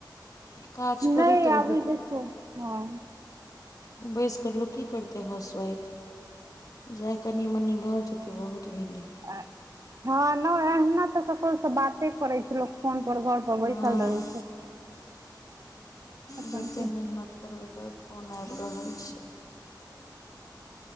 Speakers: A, on the left; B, on the right.
A: काज करैत
B: नै
A: रहू
B: आबै इ देखियो हाँ
A: बैस कऽ लोग की करतै हाउसवाइफ जा कनि मनि भऽ जेतै बहुत भेलैय
B: आ हाँ नै अहीना तऽ ककरोसँ बाते करै छै लोक फोन पर घर ओ
A: हँ
B: बैसल रहै छै अपन
A: जते
B: की
A: मेहनत करबै त फोन आबि रहल छै